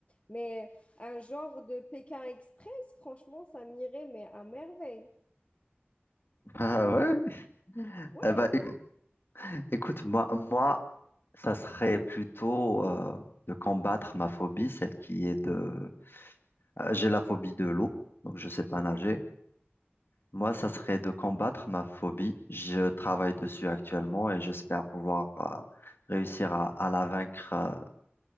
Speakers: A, on the left; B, on the left.
A: Mais un genre de Pékin Express, franchement, ça m'irait, mais à merveille.
B: <laughs> Ah ouais?
A: Ouais,
B: Eh ben,
A: grave.
B: é- écoute, moi, moi, ça serait plutôt euh, de combattre ma phobie, celle qui est de... euh, j'ai la phobie de l'eau, donc je sais pas
A: Oh,
B: nager. Moi, ça serait de combattre ma phobie. Je travaille dessus actuellement et j'espère pouvoir euh, réussir à, à la vaincre. euh,